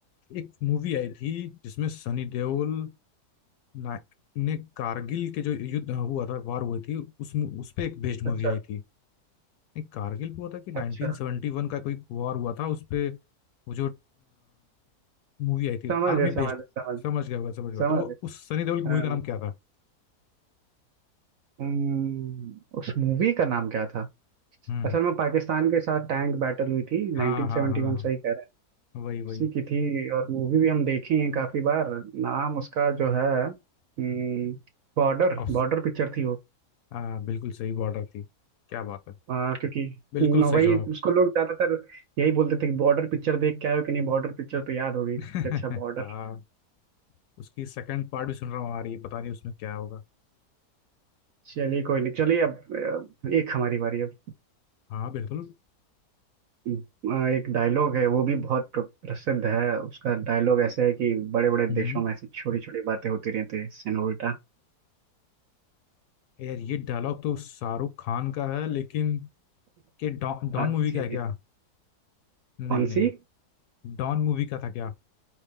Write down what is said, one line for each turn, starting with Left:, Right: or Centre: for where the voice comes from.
Left: एक मूवी आई थी जिसमें सनी देओल ना- ने कारगिल के जो युद्ध हुआ था वार हुई थी उस मु- उस पे एक बेस्ड
Right: अच्छा
Left: मूवी आई थी नहीं कारगिल पे हुआ था कि 1971
Right: अच्छा
Left: का कोई वॉर हुआ था उस पे वो जो मूवी आई थी
Right: समझ
Left: आर्मी
Right: गए समझ
Left: बेस्ड
Right: गए समझ
Left: समझ गया होगा समझ गया
Right: समझ
Left: तो वो
Right: गए
Left: उस सनी देओल की मूवी
Right: हाँ
Left: का नाम क्या था
Right: हम्म, उस मूवी का नाम क्या था
Left: हम्म
Right: असल में पाकिस्तान के साथ टैंक बैटल हुई थी 1971
Left: हाँ हाँ हाँ
Right: सही कह
Left: वही वही
Right: उसी की थी और मूवी भी हम देखी है काफी बार नाम उसका जो है हम्म, बॉर्डर
Left: अब
Right: बॉर्डर पिक्चर थी वो
Left: हाँ बिल्कुल सही बॉर्डर थी क्या बात है
Right: आ, क्योंकि
Left: बिल्कुल
Right: न,
Left: सही
Right: वही
Left: जवाब
Right: उसको लोग ज्यादातर यही बोलते थे कि बॉर्डर पिक्चर देख के आए हो कि नहीं बॉर्डर पिक्चर तो याद हो गई
Left: <laughs>
Right: थी कि अच्छा बॉर्डर
Left: हाँ उसकी सेकंड पार्ट भी सुन रहा हूँ आ रही है पता नहीं उसमें क्या होगा
Right: चलिए कोई नहीं चलिए अब अ, एक हमारी बारी अब
Left: हाँ बिल्कुल
Right: अ, एक डायलॉग है वो भी बहुत प्र- प्रसिद्ध है उसका डायलॉग ऐसा है कि बड़े बड़े
Left: हम्म
Right: देशों में ऐसी छोटी छोटी बातें होती रहती है सेनोरिटा
Left: यार ये डायलॉग तो शाहरुख खान का है लेकिन के डॉन डॉन मूवी
Right: जी
Left: का है क्या
Right: जी
Left: नहीं
Right: कौन
Left: नहीं
Right: सी
Left: डॉन मूवी का था क्या